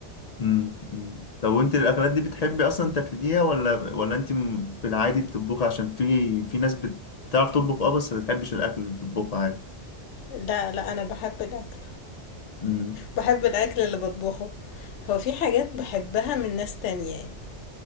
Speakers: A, on the left; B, on the left.
A: امم أمم. طب وانت الاكلات دي بتحبي اصلا تاكليها ولا ولا انت م- في العادي بتطبخي عشان في في ناس بت... بتعرف تطبخ اه بس ما بتحبش الاكل اللي بتطبخه عادي
B: <laughs> لا لا أنا بحب الأكل
A: امم
B: بحب الأكل اللي بطبخه هو في حاجات بحبها من ناس تانية يعني.